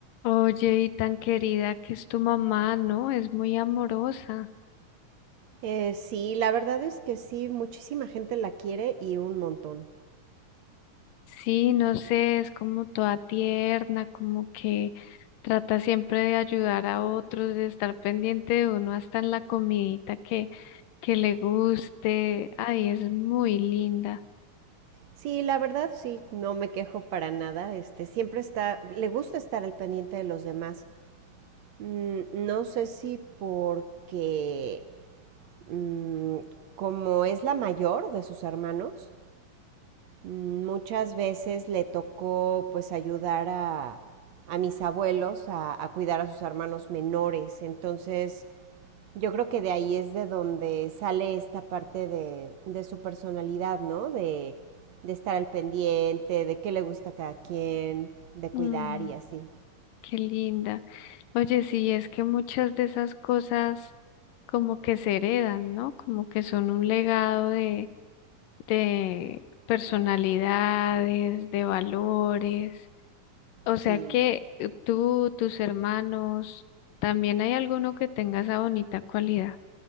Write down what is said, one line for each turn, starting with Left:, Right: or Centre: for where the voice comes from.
Left: Oye, y tan querida que es tu mamá, ¿no? Es muy amorosa.
Right: Eh, sí, la verdad es que sí, muchísima gente la quiere y un montón.
Left: Sí, no sé, es como toda tierna, como que trata siempre de ayudar a otros, de estar pendiente de uno hasta en la comidita que, que le guste. Ay, es muy linda.
Right: Sí, la verdad sí, no me quejo para nada. Este, siempre está, le gusta estar al pendiente de los demás. Mm, no sé si porque mm, como es la mayor de sus hermanos, mm, muchas veces le tocó pues ayudar a, a mis abuelos a, a cuidar a sus hermanos menores. Entonces, Yo creo que de ahí es de donde sale esta parte de, de su personalidad, ¿no? De, de estar al pendiente, de qué le gusta a cada quien, de cuidar
Left: Mm,
Right: y así.
Left: qué linda. Oye, sí, es que muchas de esas cosas como que se heredan, ¿no? Como que son un legado de de personalidades, de valores. O sea
Right: Sí.
Left: que eh, tú, tus hermanos, también hay alguno que tenga esa bonita cualidad.